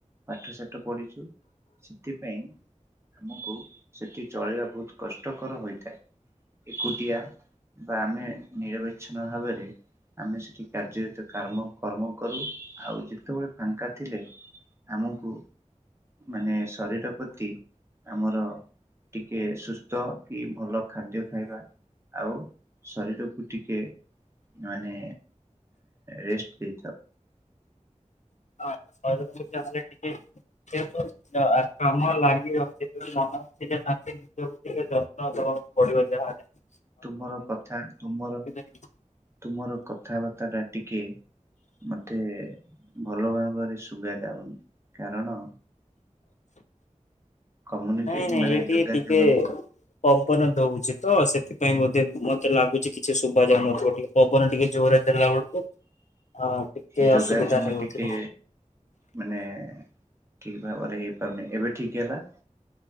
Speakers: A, on the right; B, on the left.
A: ପାଠ ସାଠ ପଢିଚୁ। ସେଥିପାଇଁ ଆମକୁ ସେଠି ଚଳେଇବା ବୋହୁତ କଷ୍ଟକର ହୋଇଥାଏ। ଏକୁଟିଆ ବା ଆମେ ନିରବଚ୍ଛିନ୍ନ ଭାବରେ ଆମେ ସେଠି କାର୍ଯ୍ୟରତ କାମ କର୍ମ କରୁ ଆଉ ଯେତେବେଳେ ଫାଙ୍କା ଥିଲେ ଆମକୁ ମାନେ ଶରୀର ପ୍ରତି ଆମର ଟିକେ ସୁସ୍ଥ କି ଭଲ ଖାଦ୍ୟ ଖାଇବା ଆଉ ଶରୀରକୁ ଟିକେ ମାନେ ରେଷ୍ଟ ଦେଇଥାଉ।
B: <inaudible> <unintelligible> <unintelligible> ନିଜକୁ ଟିକେ ଯତ୍ନ ଦବାକୁ ପଡିବ ଯାହା ହେଲେ।
A: ତୁମର କଥା ତୁମର
B: ହେଇଯିବ।
A: ତୁମର କ କଥାବାର୍ତ୍ତା ଟା ଟିକେ ମତେ ଭଲ ଭାବରେ ଶୁଗାଯାଉନି କାରଣ କମ୍ୟୁନିକେ
B: ନାଇଁ ନାଇଁ
A: ମାନେ
B: ଏଠିକି
A: ଯୋଗାଯୋଗ
B: ଟିକେ ପବନ ଦଉଚି। ତ ସେଥିପାଇଁ ବୋଧେ ମତେ ଲାଗୁଚି କିଛି ଶୁଭାଯାଉନଥିବ ଟିକେ ପବନ ଟିକେ ଜୋରରେ ଦେଲା ବେଳକୁ। ଆ ଟିକେ
A: ଯୋଗାଯୋଗ
B: ଅସୁବିଧା ହେଉଥିବ
A: ଟିକେ ମାନେ ଠିକ ଭାବରେ ହେଇପାରୁନି ଏବେ ଠିକ ହେଲା?